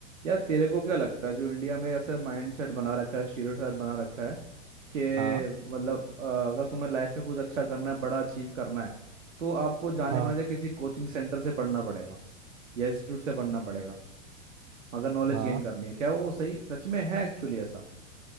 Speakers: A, on the right; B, on the right.
A: यार तेरे को क्या लगता है जो इंडिया में ऐसा माइंडसेट बना रखा है स्टीरियोटाइप बना रखा है कि
B: हाँ
A: मतलब अ, अगर तुम्हें लाइफ में कुछ अच्छा करना है बड़ा अचीव करना है तो आपको जाने
B: हाँ
A: माने किसी कोचिंग सेंटर से पढ़ना पड़ेगा या इंस्टीट्यूट से पढ़ना पड़ेगा अगर नॉलेज
B: हाँ
A: गेन करनी है क्या वो सही सच में है एक्चुअली ऐसा